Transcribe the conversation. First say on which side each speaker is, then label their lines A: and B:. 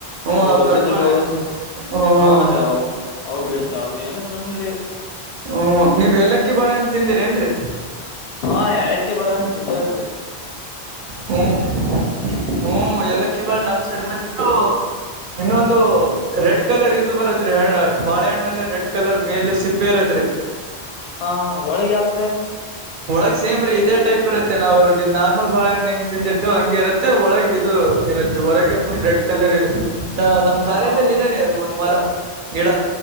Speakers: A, on the right; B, on the left.
A: ಹ್ಮ್
B: ಅವ್
A: ಹೌದ್
B: ದೊಡ್ಡ ದದುಡ್
A: ಬಾಳೆಹಣ್ಣು
B: ಹೋಗುತ್ತ
A: ಹ್ಮ ಹ್ಮ್
B: ಹಾ ರೀ ಅವ್ ಅವ್ ಬೆಳಿತ ಅವ ಏನು ಸುಮ್ರಿ
A: ಹ್ಮ ನೀವ್ ಎಲ್ಲಕ್ಕಿ ಬಾಳಹಣ್ಣ ತಿಂದಿರಿ ಏನ್ರರಿ
B: ಹಾ ಹೇಳಕಿ ಬರ ತಿಂದ ಅಲ್
A: ಹ್ಮ್ ಹ್ಮ್ ಎಲ್ಲಕ್ಕಿ ಬಳ ನಮ್ ಸಡ ಮತ್ತಿದ್ದು <inaudible> ಇನ್ನೊಂದು ರೆಡ್ ಕಲರ್ ಇದ್ ಬರತ್ರಿಣ್ಣ ಬಾಳೆಹಣ್ಣಲ್ಲ ರೆಡ್ ಕಲರ್ ಮೇಲೆ ಸಿಪ್ಪೆ ಇರತ್ರಿ <inaudible>
B: ಹಾ ಹ ಒಳಗೆ ಯಾಕ
A: ಒಳಗ್ ಸೇಮ್ ರೀ ಇದೇ ಟೈಪ್ ಇರತ್ತೆ ನಾವು ನಾವ ನಲ್ ಬಾಳಹಣ್ಣ ಹೆಂಗ್ ತಿಂದಿರ್ತೇ್ ಹಂಗಿ ಇರತ್ತೆ ಒಳಗೆ ಇದು ಇರತ್ರಿ ಹೊರಗೆ ಅಫನ್ ರೆಡ್ ಕಲರ್ ಇದು ನಮ್ ಕಾಲೇಜಲ್ಲಿ
B: ಹಾ
A: ಇದದೆನೆ ಅದು ಒಂದ್ ಮರ ಗಿಡ